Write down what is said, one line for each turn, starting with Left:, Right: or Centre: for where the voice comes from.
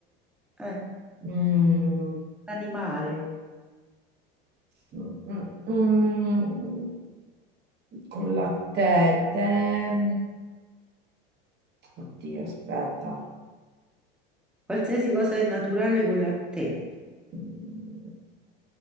Centre: Eh.
Right: mm,
Centre: Animale,
Right: mm, mm, mm. con la te, te- Oddio, aspetta.
Centre: qualsiasi cosa è naturale con la te.
Right: Mm,